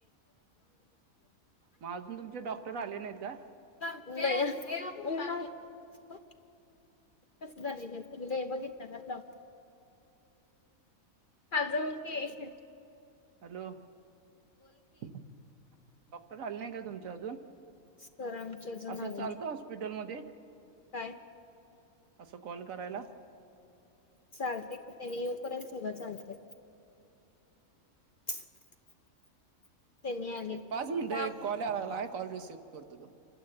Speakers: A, on the right; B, on the left.
A: मग अजून तुमचे डॉक्टर आले नाहीत का
B: <inaudible> कसं झाले फुले बघितलं का लॉ खजं होते
A: हॅलो डॉक्टर आले नाही काय तुमच्या अजून
B: सर आमचे अजून
A: असं
B: आले
A: चालतं
B: नाहीत.
A: हॉस्पिटलमध्ये
B: काय
A: असं कॉल करायला
B: चालते की त्यांनी येऊपर्यंत सगळं चालते <inaudible> त्यांनी आले
A: एक पाच
B: थांब
A: मिनिटं एक कॉल या लागला आहे कॉल रिसीव्ह करतो तो